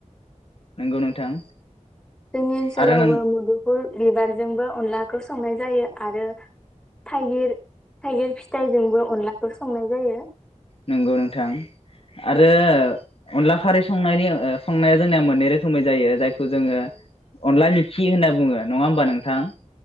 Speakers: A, on the left; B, in the centre.
A: नोंगौ नोंथां।
B: जोंनि ओन्सोलावबो
A: आरो नों
B: मुदुफुल बिबारजोंबो अनला खौ संनाय जायो आरो थाइगिर थाइगिर फिथाइजोंबो अनलाखौ संनाय जायो।
A: नोंगौ नोंथां। आरो ओ अनला खारै संनायनि ओ संनाया जोंनिया मोन्नै रोखोमै जायो जायखौ जोङो अनला मिखि होन्ना बुङो। नङा होमबा नोंथां?